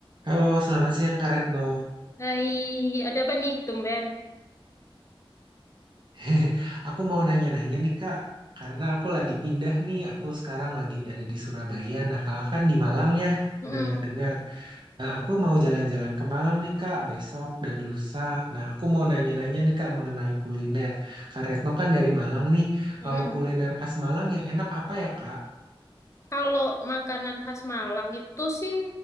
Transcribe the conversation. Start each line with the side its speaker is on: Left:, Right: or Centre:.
Right: Halo, selamat siang Kak Retno.
Left: Hai, ada apa nih, tumben?
Right: <laughs> Aku mau nanya-nanya nih Kak, karena aku lagi pindah nih, aku sekarang lagi ada di Surabaya. Nah, Kakak kan di Malang ya,
Left: Mm-mm,
Right: dengar-dengar. Nah, aku mau jalan-jalan ke Malang nih Kak, besok dan lusa. Nah, aku mau nanya-nanya nih Kak mengenai kuliner. Kak Retno kan dari Malang nih,
Left: mm-mm.
Right: kalau kuliner khas Malang yang enak apa ya Kak?
Left: Kalau makanan khas Malang itu sih